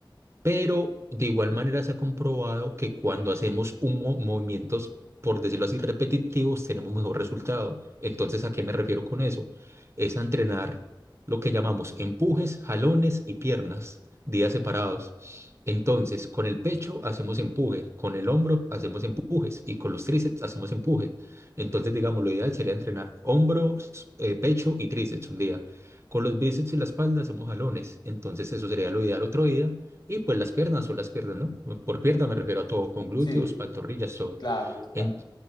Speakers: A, on the right; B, on the left.
A: Pero de igual manera se ha comprobado que cuando hacemos un mo- movimientos, por decirlo así, repetitivos, tenemos mejor resultado. Entonces, ¿a qué me refiero con eso? Es a entrenar lo que llamamos empujes, jalones y piernas, días separados. Entonces, con el pecho hacemos empuje, con el hombro hacemos empujes y con los tríceps hacemos empuje. Entonces, digamos, lo ideal sería entrenar hombros, eh, pecho y tríceps un día. Con los bíceps y la espalda hacemos jalones. Entonces, eso sería lo ideal otro día. Y pues las piernas o las piernas, ¿no? Por pierna me refiero a todo, con glúteos,
B: sí,
A: pantorrillas, todo.
B: claro, total.
A: En-